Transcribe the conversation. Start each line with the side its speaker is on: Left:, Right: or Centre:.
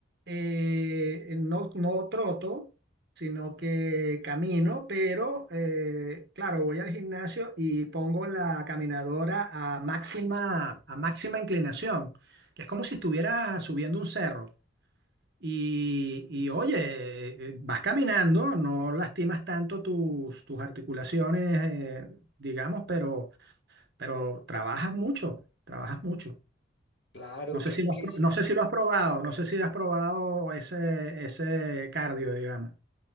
Right: eh, no, no troto, sino que camino, pero eh, claro, voy al gimnasio y pongo la caminadora a máxima, a máxima inclinación, que es como si estuviera subiendo un cerro. Y, y, oye, eh, vas caminando, no lastimas tanto tus, tus articulaciones, eh, digamos, pero, pero trabajas mucho, trabajas mucho.
Left: Claro,
Right: No
Left: claro
Right: sé si lo
Left: que
Right: has, pro-
Left: sí.
Right: no sé si lo has probado, no sé si has probado ese, ese cardio, digamos.